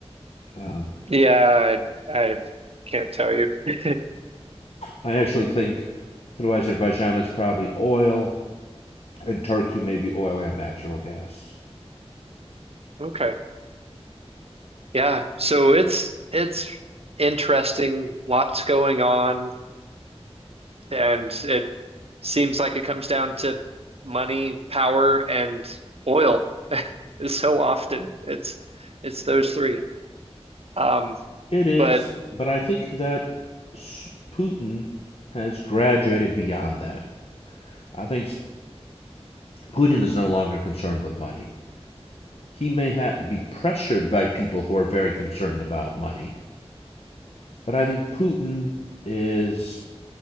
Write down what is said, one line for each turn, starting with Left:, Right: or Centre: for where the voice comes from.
Left: Um,
Right: Yeah, I, I can't tell you. <laughs>
Left: I actually think through Azerbaijan it's probably oil and Turkey may be oil and natural gas.
Right: Okay. Yeah. So it's it's interesting, lots going on, and it seems like it comes down to money, power, and oil. <laughs> So often it's it's those three. Um,
Left: It is,
Right: but
Left: but I think that Putin has graduated beyond that. I think Putin is no longer concerned with money. He may ha- be pressured by people who are very concerned about money, but I think Putin is